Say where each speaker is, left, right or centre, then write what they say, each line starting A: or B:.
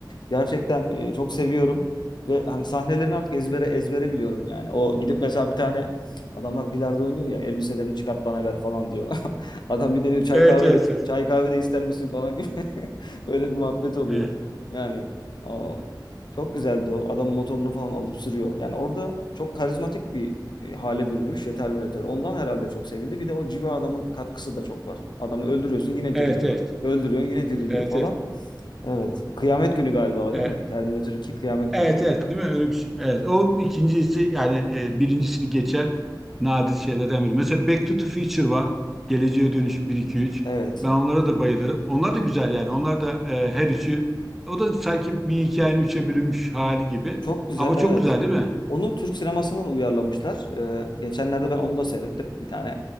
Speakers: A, on the left; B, in the centre.
A: Gerçekten e, çok seviyorum. Ve hani sahnelerini artık ezbere ezbere biliyorum yani. O gidip mesela bir tane adamlar bilardo oynuyor ya elbiselerini çıkart bana ver falan diyor. <laughs> Adam bir deniyor çay
B: Evet
A: kahve
B: evet
A: de
B: evet.
A: çay kahve de ister misin falan gibi. <laughs> Öyle bir muhabbet oluyor.
B: Evet.
A: Yani aa, çok güzeldi o. Adam motorunu falan alıp sürüyor. Yani orada çok karizmatik bir e, hale bürümüş ya Terminator. Ondan herhalde çok sevildi. Bir de o civa adamın katkısı da çok var. Adamı öldürüyorsun yine
B: Evet
A: diriliyor.
B: evet.
A: Öldürüyorsun yine diriliyor
B: Evet
A: falan. Evet. Kıyamet günü galiba o
B: evet.
A: değil mi? Terminator 2 Kıyamet
B: Evet
A: günü.
B: evet değil mi? Öyle bir şey. Evet. O ikincisi yani e, birincisini geçen nadir şeylerden biri. Mesela Back to the Future var. Geleceğe Dönüş bir 2 üç
A: Evet.
B: Ben onlara da bayılırım. Onlar da güzel yani. Onlar da e, her üçü o da sanki bir hikayenin üçe bölünmüş hali gibi.
A: Çok güzel
B: Ama
A: evet.
B: çok güzel değil mi?
A: Onu Türk sinemasına da uyarlamışlar. Ee, geçenlerde ben onu da seyrettim bir tane.